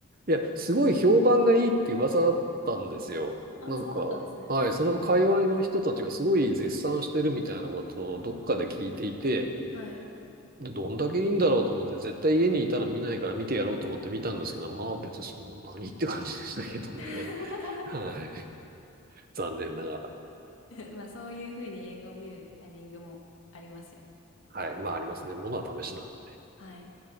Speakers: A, on the right (about 40°); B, on the left (about 60°).
A: いや、すごい評判がいいって噂だったんですよ。
B: あ、
A: なんか、
B: そうだったんですね。
A: はい、その界隈の人たちがすごい絶賛してるみたいなことをどっかで聞いていて、
B: はい。
A: でどんだけいいんだろうと思って、絶対家にいたら見ないから見てやろうと思って見たんですけど、まあ別にそんなにって感じでしたけどね。
B: <laughs>
A: はい。<laughs> 残念ながら。
B: まあそういうふうに映画を見るタイミングもありますよね。
A: はい。まあ、ありますね。ものは試しなんで。
B: はい。